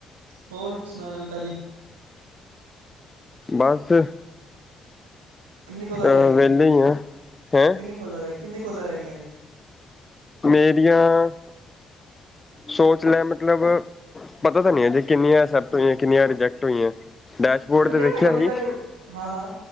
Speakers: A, on the right; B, on the left.
A: ਹੋਰ, ਸੁਣਾ ਨਵੀ ਤਾਜੀ?
B: ਬਸ।
A: ਕਿੰਨੀ
B: ਅਹ
A: ਕੋਲਾ ਰਹਿ ਗਈਆਂ, ਤੇਰੀ
B: ਵਿਹਲੇ
A: ਫਿਰ,
B: ਹੀ ਆ ਹੈਂ
A: ਕਿੰਨੀ ਕੋਲ ਰਹਿ, ਕਿੰਨੀ ਕੋਲ ਰਹਿ ਗਈਆਂ ਨੇ।
B: ਮੇਰੀਆਂ, ਸੋਚ ਲੈ ਮਤਲਬ ਪਤਾ ਤਾਂ ਨਹੀਂ, ਅਜੇ ਕਿੰਨੀਆਂ ਐਕਸੈਪਟ ਹੋਈਆਂ, ਕਿੰਨੀਆਂ ਰਿਜੈਕਟ ਹੋਈਆਂ, ਡੈਸ਼ਬੋਰਡ
A: ਤੈਨੂੰ
B: ਤੇ
A: ਕਿਹਾ
B: ਦੇਖਿਆ
A: ਤਾਂ ਹੈਗਾ ਉੱਥੇ
B: ਹੀ
A: ਜਾ ਕੇ ਹਾਂ ਹਾਂ